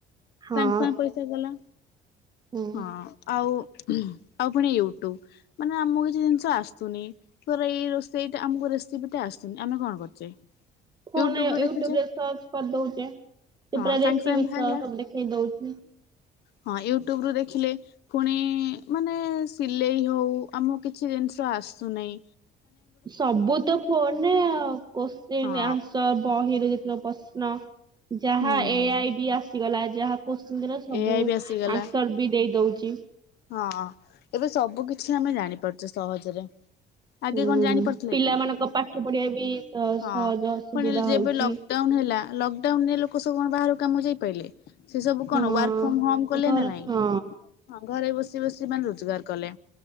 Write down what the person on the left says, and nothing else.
ସାଙ୍ଗେ ସାଙ୍ଗେ ପଇସା ଗଲା।
ହଁ ଆଉ। ଆଉ ପୁଣି ୟୁଟ୍ୟୁବ ମାନେ ଆମକୁ କିଛି ଜିନିଷ ଆସୁନି। ତର ଏଇ ରୋଷେଇ ଆମକୁ ରେସିପି ଟା ଆସୁନି ଆମେ କଣ କରୁଛେ।
ୟୁଟ୍ୟୁବ ରୁ
ଦେଖୁଛେ
ହଁ
ସାଙ୍ଗେ
ସାଙ୍ଗେ ବାହାରିଲା
ହଁ ୟୁଟ୍ୟୁବ ରୁ ଦେଖିଲେ ଫୁଣି ଇ- ମାନେ ସିଲେଇ ହଉ ଆମକୁ କିଛି ଜିନିଷ ଆସୁନେଇ।
ହଁ
ହୁଁ
ଏଆଇ ବି ଆସିଗଲା
ହଁ ଏବେ ସବୁ କିଛି ଆମେ ଜାଣିପାରୁଛେ ସହଜରେ। ଆଗେ
କଣ ଜାଣିପାରୁଥିଲେ
କି?
ହଁ ପୁଣି ଯେବେ
ଲକଡାଉନ ହେଲା ଲକଡାଉନ ରେ ଲୋକ ସବୁ କଣ ବାହାରକୁ କାମକୁ ଯାଇପାରିଲେ? ସେ ସବୁ କଣ
ୱାର୍କ ଫ୍ରମ ହୋମ କଲେ
ନା ନାଇଁ?
ହଁ। ଘରେ ବସି ବସି ମାନେ ରୋଜଗାର କଲେ।